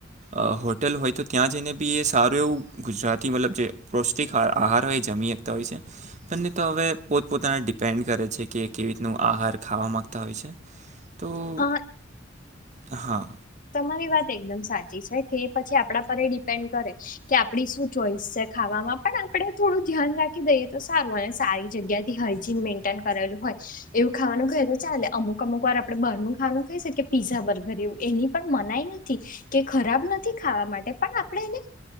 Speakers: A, on the right; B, on the left.
A: અ હોટલ હોય તો ત્યાં જઈને બી એ સારું એવું ગુજરાતી મતલબ જે પૌષ્ટિક આહાર હોય જમીએ તા હોય છે <unintelligible> પણ એ તો હવે પોતપોતાના ડિપેન્ડ કરે છે કે કેવી રીતનું આહાર ખાવા માંગતા હોય છે
B: <inaudible>
A: તો
B: હા
A: હા
B: તમારી વાત એકદમ સાચી છે કે પછી આપણા પર એ ડિપેન્ડ કરે છે કે આપડી શું ચોઈસ છે ખાવામાં પણ આપડણે થોડું ધ્યાન રાખી દઈએ તો સારું અને સારી જગ્યા કે હાઈજીન મેન્ટેન કરેલુ હોય છે એવું ખાવાનું ખાઈ તો ચાલે અમુક અમુક વાર આપણે બારનું ખાવાનું ખાઈ શકીએ પીઝા બર્ગર એવું ની પણ મનાઈ નથી કે ખરાબ નથી ખાવા માટે પણ આપણે એને